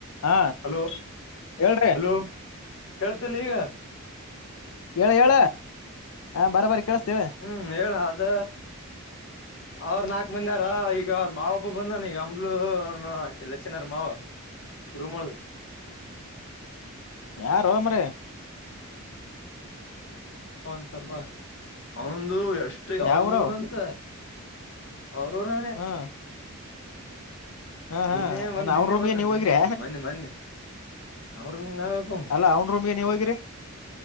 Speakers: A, on the left; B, on the left.
A: ಹಾ
B: ಹಲೋ
A: ಹೇಳ್ರಿ
B: ಹಲೋ ಕೇಳುತ್ತಿಲ್ ಈಗ.
A: ಹೇಳ ಹೇಳ ಹಾ ಹಾ ಬರ ಬರಿ ಕೇಳಸ್ತ ಹೇಳ.
B: ಹ್ಮ್ ಹೇಳ ಅದ ಅವ್ರ ನಾಲ್ಕು ಮಂಡ್ಯಾರ ಈಗ ಅವ್ರ ಮಾವ ಹಬ್ಬ ಬಂದಾನ ಈಗ ಅಂಬ್ಲು ಅವ್ರಚ್ಚನಾರ ಮಾವ. ರೂಮೊಲ್ಗಾ
A: ಯಾರೋಮರಾಯ.
B: ಹಂತಪ್ಪಾ ಅವಂದು ಎಷ್ಟು ಯಾವಾಗ
A: ಯಾವೂರು
B: ಮುಗ್ದಂತ. ಅವರೂರಾವನೆ.
A: ಹ್ಮ ಹಾ ಹಾ
B: ನಿನ್ನೆ ಬಂದ ನಿನ್ನೆ
A: ಅವ್ನ್ ರೂಮ್ಗೆ
B: ಬಂದ
A: ನೀವ್
B: ನಿ
A: ಹೋಗಿರಿ
B: ಮೊನ್ನೆ ಮೊನ್ನೆ ಅವ್ರ ರೂಮ್ಗೆ ನಾವ್ಯಕ್ ಹೋಗಂ.
A: ಹ ಅವ್ ರೂಮ್ಗೆ ನೀವು ಹೋಗಿರಿ